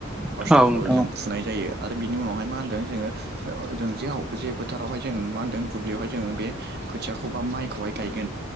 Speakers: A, in the centre; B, on the right (about 50°).
A: औ
B: फार्स्ट अफ
A: नोंथां
B: अल जों
A: औ
B: फुनाय जायो आरो बिनि उनावहाय मा होनदों। जोङो जों जेव जे फोथारावहाय जों मा होनदों दुब्लियावहाय जों बे खोथियाखौ बा माइखौहाय गायगोन